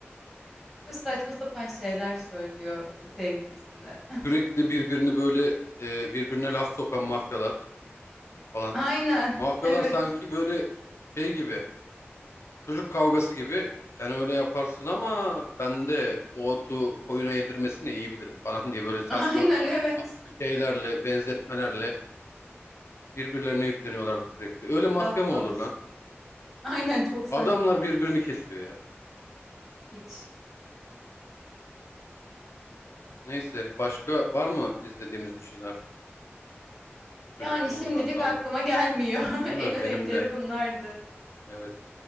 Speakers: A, in the centre; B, on the left.
A: <laughs> Kız saçma sapan şeyler söylüyor sevgilisine.
B: Sürekli birbirini böyle e, birbirine laf sokan mafyalar falan.
A: <laughs> Aynen.
B: Mafyalar
A: Evet.
B: sanki böyle şey gibi Çocuk kavgası gibi sen öyle yaparsın ama ben de o otu koyuna yedirmesini iyi bilirim falan diye böyle saçma
A: Aynen
B: ya-
A: evet.
B: şeylerle, benzetmelerle birbirlerine yükleniyorlardı sürekli.
A: <laughs>
B: Öyle mafya
A: Laf
B: mı
A: dalaşı.
B: olur lan?
A: Aynen çok saçma.
B: Adamlar birbirini kesiyor ya.
A: Hiç.
B: Neyse başka var mı izlediğimiz bir şeyler
A: Yani
B: çocukluğumuzdan
A: şimdilik
B: kalan?
A: aklıma gelmiyor. <laughs>
B: Değil mi?
A: En önemlileri
B: Benim de.
A: bunlardı.
B: Evet.